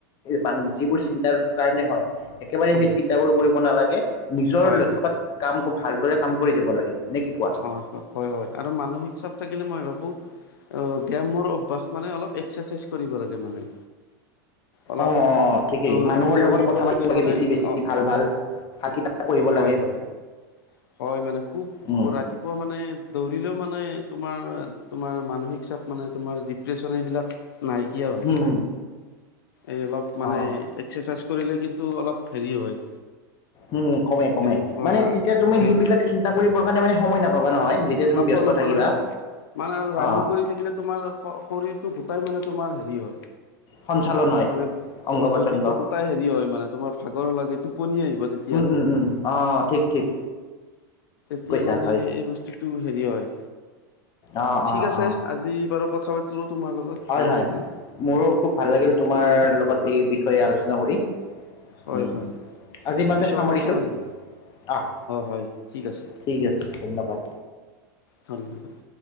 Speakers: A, on the left; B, on the left.
A: মান যিবোৰ চিন্তাৰ কাৰণে হয় একেবাৰে
B: হয়
A: সেই চিন্তাবোৰ কৰিব নালাগে। নিজৰ
B: হয়
A: লক্ষ্যত কাম ভালদৰে কাম কৰি যাব লাগে নে কি কোৱা।
B: হয় হয় হয় হয় আৰু মানসিক চাপ থাকিলে মই ভাবোঁ। অ' ব্যায়ামৰ অভ্যাস মানে অলপ এক্সাৰচাইজ কৰিব লাগে মানে। অলপ
A: অ অ অ ঠিকেই
B: দৌ
A: মানুহৰ
B: দৌৰিব
A: লগত কথা
B: লাগে
A: পাতিবাগে
B: মানে
A: বেছি বেছি
B: অ
A: ভাল ভাল। ভাল কিতাপ পঢ়িব
B: হয়
A: লাগে।
B: হয় হয়, মানে খুব
A: উম
B: ৰাতি পুৱা মানে দৌৰিলেও মানে তোমাৰ তোমাৰ মানসিক চাপ মানে তোমাৰ ডিপ্ৰেশ্যন এইবিলাক নাইকিয়া হয়,
A: হম হম
B: এই অলপ মানে
A: অ
B: এক্সাৰচাইজ কৰিলে কিন্তু অলপ হেৰি হয়।
A: উম, উম, ক'মে ক'মে
B: তেনেকুৱা
A: মানে তেতিয়া তুমি সেইবিলাক
B: এই
A: চি ন্তা কৰিবৰ কাৰণে মানে সময় নাপাবা নহয় যেতিয়া তুমি
B: নাপোৱা
A: ব্যস্ত
B: নাপোৱা
A: থাকিবা।
B: নাপোৱা মানে আৰু ৰানিং
A: অ
B: কৰি থাকিলে তোমাৰ শৰীৰটো গোটাই মানে তোমাৰ হেৰি হয়।
A: সঞ্চালন হয়
B: মানে
A: অংগ
B: অ',
A: পতংগ
B: বডিটো গোটাই হেৰি হয়, মানে তোমাৰ ভাগৰ লাগে টোপনি আহিব তেতি
A: উম, উম, উম, অ', ঠিক ঠিক।
B: তেতিয়া
A: কৈছা
B: মানে
A: হয়
B: এই বস্তুটো হেৰি হয়,
A: অ
B: ঠিক
A: অ
B: আছে,
A: অ
B: আজি বাৰু কথা পাতিলোঁ তোমাৰ লগত।
A: হয়,
B: ভালে
A: হয়,
B: লাগিল
A: মোৰো খুব ভাল লাগিল তোমাৰ
B: মানসিক
A: লগত এই বিষয়ে আলোচনা কৰি।
B: হয়
A: উম,
B: হয়
A: আজি ইমানতে
B: পিছত
A: সামৰিছো
B: কথা পাতিম
A: অ'।
B: হয় ঠিক আছে
A: ঠিক আছে ধন্যবাদ।
B: ধন্যবাদ।